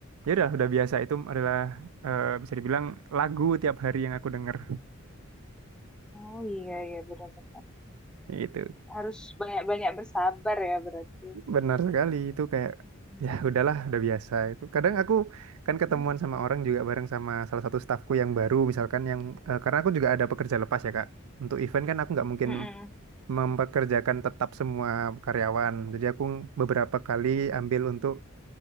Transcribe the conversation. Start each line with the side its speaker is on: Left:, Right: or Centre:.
Right: ya udah, udah biasa itu adalah eh, bisa dibilang lagu tiap hari yang aku denger.
Centre: Oh iya iya benar-benar.
Right: Itu
Centre: Harus banyak-banyak bersabar ya berarti.
Right: benar sekali itu kayak
Centre: Mm-mm.
Right: ya udahlah udah biasa itu. Kadang aku kan ketemuan
Centre: Mm-mm.
Right: sama orang juga bareng sama salah satu stafku yang baru misalkan yang eh, karena aku juga ada pekerja lepas ya Kak. Untuk event kan aku nggak mungkin
Centre: Mm-mm.
Right: mempekerjakan tetap semua karyawan. Jadi aku beberapa kali ambil untuk